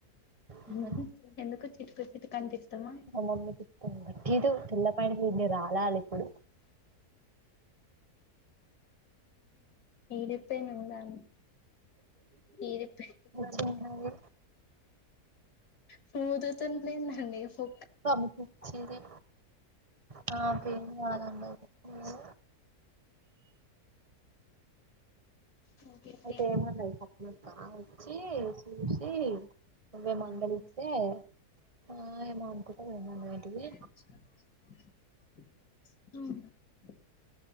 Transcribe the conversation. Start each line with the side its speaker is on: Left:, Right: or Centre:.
Left: <unintelligible>
Right: మా
Left: ఎందుకొ చెప్పబుద్ది కాదనిపిస్తున్న
Right: మమ్మీ తిడుతుంది వట్టిదు తెల్ల పాయింట్ ఇన్ని రాలాలి ఇప్పుడు
Left: <inaudible> ఆహ ఇది ప్యా
Right: చిన్నది
Left: పూవ్వు తెత్తండా <unintelligible> పో
Right: కనిపిచ్చెది నాకు ఏం కాదండి నిను
Left: ఇంకేంటి
Right: అయితే ఏమన్నది సప్నక్క వచ్చి చూసి
Left: మీరు
Right: నువ్వే మందలిస్తే
Left: నెంబర్ ఇస్తే
Right: ఆ
Left: <unintelligible>
Right: ఏమో అనుకుంట పోయిందన్నది ఏంటిది